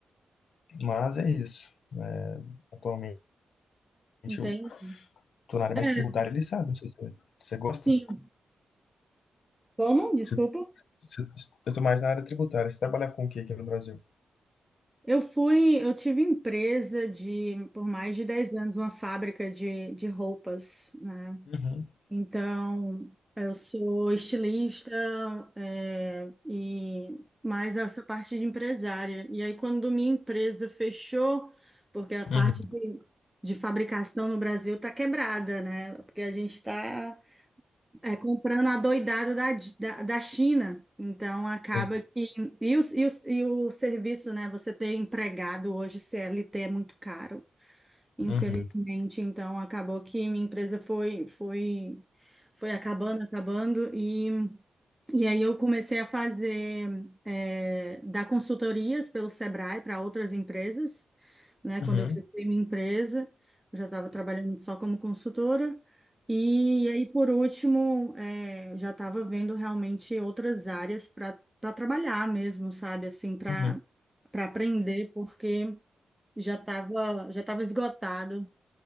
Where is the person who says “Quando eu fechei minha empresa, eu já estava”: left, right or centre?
Centre